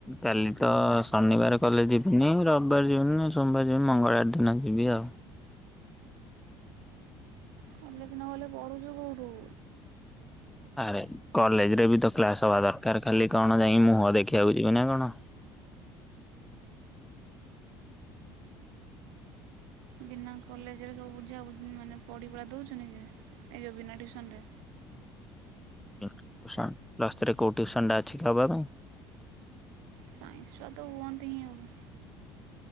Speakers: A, in the centre; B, on the right.
A: କାଲି ତ ଶନିବାର କଲେ ଯିବିନି ରବିବାର ଯିବିନି। ସୋମବାର ଯି ମଙ୍ଗଳବାର ଦିନ ଯିବି ଆଉ।
B: କଲେଜ ନଗଲେ ପଢୁଛୁ କଉଠୁ?
A: ଆରେ କଲେଜ ରେ ବି ତ କ୍ଲାସ ହବା ଦରକାର ଖାଲି କଣ ଯାଇ ମୁହଁ ଦେଖିବାକୁ ଯିବି ନା କଣ?
B: ବିନା କଲେଜରେ ସବୁ ବୁଝା ବୁ ମାନେ ପଢ଼ି ପୁଢ଼ା ଦଉଛୁ ନିଜେ ଏଇଯଉ ବିନା ଟ୍ୟୁସନ ରେ।
A: ପ୍ଲ ଟ୍ୟୁସନ ପ୍ଲସ ସ୍ତ୍ରୀ କୋଉ ଟ୍ୟୁସନ ଟା ଅଛି ହବା ପାଇଁ?
B: ସାଇନସି ଚ୍ଛୁଆ ତ ହୁଅନ୍ତି ହିଁ ଆଉ।